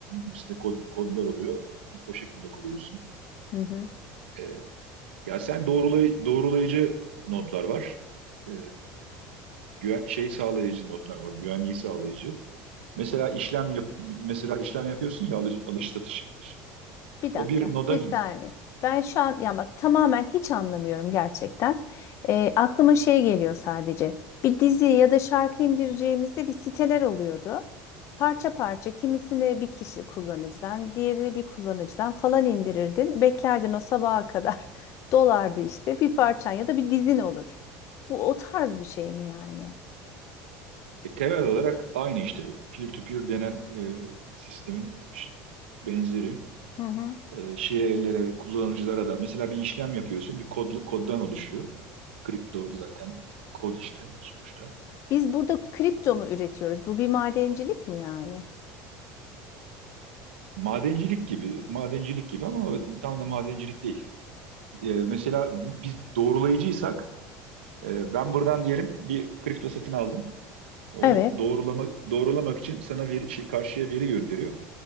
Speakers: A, on the right; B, on the left.
A: işte kod, kodlar oluyor. O şekilde kuruyorsun.
B: Hı hı.
A: E, ya sen doğrulay doğrulayıcı nodlar var. E, güven- şey sağlayıcı nodlar var. Güvenliği sağlayıcı. Mesela işlem yap mesela işlem yapıyorsun ya alış, alış satış yapıyorsun.
B: Bir
A: O
B: dakika,
A: bir noda
B: bir saniye. Ben şu an ya bak tamamen hiç anlamıyorum gerçekten. Ee, aklıma şey geliyor sadece. Bir dizi ya da şarkı indireceğimizde bir siteler oluyordu. Parça parça kimisini bir kişi kullanıcıdan, diğerini bir kullanıcıdan falan indirirdin. Beklerdin o sabaha kadar. <laughs> Dolardı işte bir parçan ya da bir dizin olur. Bu o tarz bir şey mi yani?
A: E, temel olarak aynı işte peer-to-peer denen e, sistemin ş- benzeri
B: Hı hı.
A: e, şeylere, kullanıcılara da mesela bir işlem yapıyorsun, bir kod, koddan oluşuyor. Kripto zaten kod işte sonuçta.
B: Biz burada kripto mu üretiyoruz? Bu bir madencilik mi yani?
A: Madencilik gibi, madencilik gibi ama tam da madencilik değil. E, mesela bu, biz doğrulayıcıysak e, ben buradan diyelim bir kripto satın aldım. Onu
B: Evet.
A: doğrulama, doğrulamak için sana bir şey karşıya veri gönderiyor.